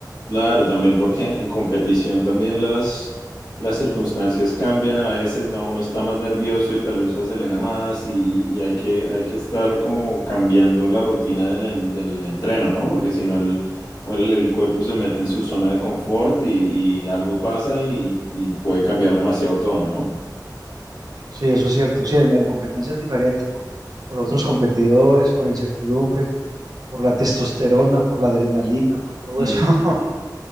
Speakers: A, on the left; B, on the right.
A: Claro, también porque en competición también las, las circunstancias cambian a veces, ¿no? Uno está más nervioso y tal vez acelera más y, y hay que, hay que estar como cambiando la rutina del, en- del entreno, ¿no? Porque si no el, o el, el cuerpo se mete en su zona de confort y, y algo pasa y, y- y puede cambiar demasiado todo, ¿no?
B: Sí, eso es cierto. Sí, en, en competencias diferentes, por, por otros competidores, por la incertidumbre, por la testosterona, por la adrenalina, por todo
A: Mm.
B: eso. <laughs>